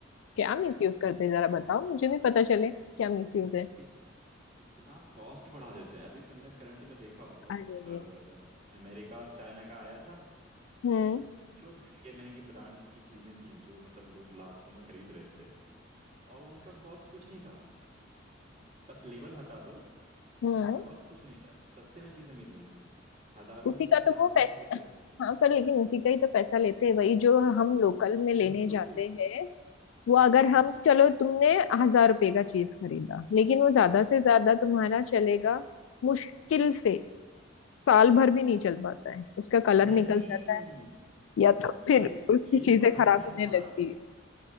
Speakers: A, on the left; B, on the right.
A: क्या मिसयूज करते हैं जरा बताओ मुझे भी पता चले क्या मिसयूज है
B: इत, इतना कॉस्ट बढ़ा देते हैं अभी तुमने करंट में देखा होगा
A: अरे
B: जब अ, अमेरिका और चाइना का आया था
A: हम्म
B: तो जो महंगे महंगे ब्रांड्स की चीजें थी जो मतलब लोग लाखों में खरीद रहे थे और उनका कॉस्ट कुछ नहीं था बस लेबल हटा दो
A: हम्म
B: तो उनका कॉस्ट कुछ नहीं था सस्ते में चीजें मिल रही थी हजारों
A: उसी
B: की
A: का
B: चीज लाखों
A: तो वो पैसा
B: में बेच रहे हैं
A: हाँ पर लेकिन उसी का ही तो पैसा लेते हैं वही जो हम लोकल में लेने
B: यही तो
A: जाते हैं वो अगर
B: हाँ
A: हम चलो तुमने हजार रुपए का चीज खरीदा लेकिन वो ज्यादा
B: हम्म।
A: से ज्यादा तुम्हारा चलेगा मुश्किल से साल भर भी नहीं चल पाता है उसका कलर
B: नहीं
A: निकल जाता है या तो फिर
B: ये
A: उसकी
B: ये
A: चीजें
B: वहम
A: खराब
B: है
A: होने
B: तुम्हारा
A: लगती है